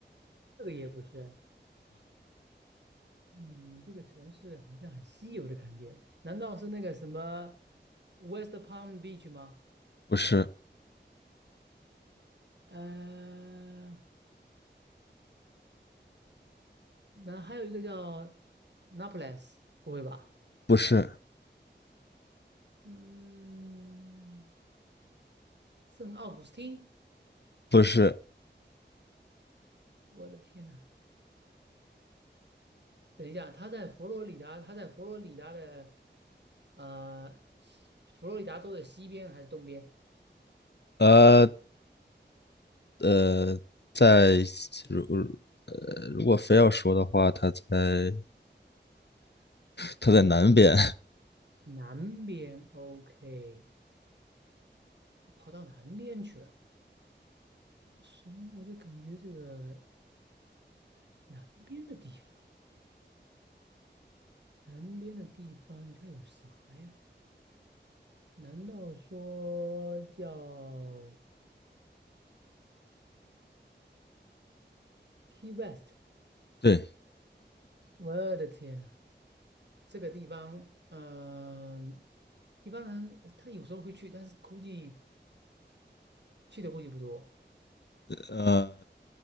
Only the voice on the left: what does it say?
不是，
不是，
不是，
呃呃，在如呃，如果非要说的话，它在它在南边，
<laughs> 对，
呃，